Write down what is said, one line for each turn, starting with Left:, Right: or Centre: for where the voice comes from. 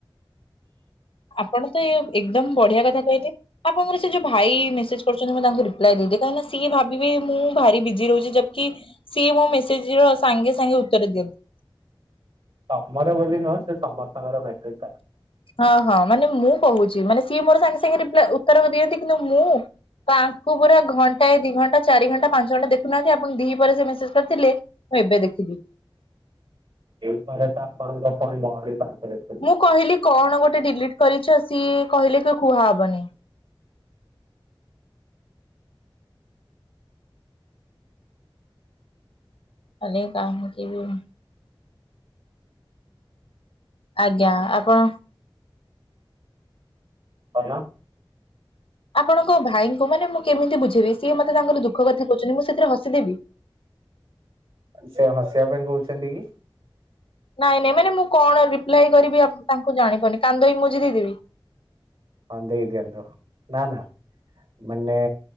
Left: ଆପଣ ତ ଏ ଏକଦମ ବଢିଆ କଥା କହିଲେ। ଆପଣଙ୍କର ସେ ଯୋଉ ଭାଇ ମେସେଜ କରୁଛନ୍ତି ମୁଁ ତାଙ୍କୁ ରିପ୍ଲାଏ ଦେଇଦି କାଁକି ସିଏ ଭାବିବେ ମୁଁ ଭାରି ବିଜି ରହୁଛି ଜକି ସିଏ ମୋ ମେସେଜ ର ସାଙ୍ଗେ ସାଙ୍ଗେ ଉତ୍ତର ଦିଅନ୍ତି।
Right: ତମର ବୋଲି ନୁହଁ ସେ ସମସ୍ତଙ୍କର ଭେଟ
Left: ହଁ ହଁ ମାନେ ମୁଁ କହୁଛି ମାନେ ସିଏ ମୋର ସାଙ୍ଗେ ସାଙ୍ଗେ ରିପ୍ ଉତ୍ତର ଦିଅନ୍ତି କିନ୍ତୁ ମୁଁ ତାଙ୍କୁ ପୁରା ଘଣ୍ଟା ଏ ଦି ଘଣ୍ଟା ଚାରି ଘଣ୍ଟା ପାଞ୍ଚ ଘଣ୍ଟା ଦେଖୁନାହାନ୍ତି ଆପଣ ଦି ପରେ ସେ ମେସେଜ କରିଥିଲେ। ମୁଁ ଏବେ ଦେଖିଦି।
Right: ଏଇ ଉପ ତ ଆପଣଙ୍କ ପଣି ମରୀ ପାଖରେ ଥିଲି
Left: ମୁଁ କହିଲି କଣ ଗୋଟେ ଡିଲିଟ କରିଛ ସିଏ କହିଲେ କି କୁହାହବନ ଅନେକ ଆ କି ବି <unintelligible> ଆଜ୍ଞା ଆପଣ-
Right: ବ
Left: ଆପଣଙ୍କ ଭାଇଙ୍କୁ ମାନେ ମୁଁ କେମିତି ବୁଝେଇବି ସିଏ ମତେ ତାଙ୍କର ଦୁଃଖ କଥା କହୁଛନ୍ତି ମୁଁ ସେଥିରେ ହସିଦେବି
Right: ସେ ହସିବା ପାଇଁ କହୁଛନ୍ତି କି
Left: ନାଇଁ ନାଇଁ ମାନେ ମୁଁ କଣ ରିପ୍ଲାଏ କରିବି ତାଙ୍କୁ ଜାଣିପନି କାନ୍ଦଇ ମଝି ଦେଇଦେବି
Right: ଅନ୍ଦେ ଦିନ୍ତୁ ନାନ ମାନେ